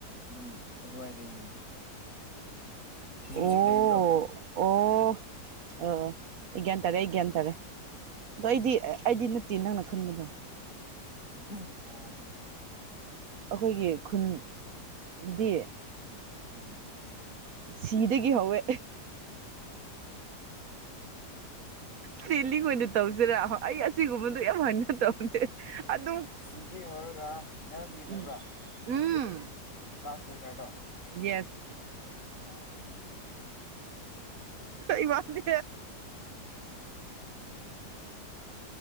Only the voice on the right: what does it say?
ꯑꯣ
ꯑꯣ ꯑꯥ ꯑꯩ ꯒ꯭ꯌꯥꯟ ꯇꯥꯔꯦ ꯑꯩ ꯒ꯭ꯌꯥꯟ ꯇꯥꯔꯦ ꯑꯗꯣ
ꯑꯩꯗꯤ ꯑꯩꯗꯤ ꯅꯪꯅ ꯈꯟꯕꯗꯣ
ꯑꯩꯈꯣꯏꯒꯤ ꯈꯨꯟꯗꯤ
ꯁꯤꯗꯒꯤ ꯍꯧꯋꯦ ꯁꯦꯂꯤꯡ ꯑꯣꯏꯅ ꯇꯧꯁꯤꯔꯥ ꯑꯩ ꯑꯁꯤꯒꯨꯝꯕꯗꯣ ꯌꯥꯝ ꯍꯪꯅꯗ ꯑꯗꯨꯝ
ꯎꯝ ꯎꯝ
ꯌꯦꯁ
ꯏꯕꯥꯅꯤ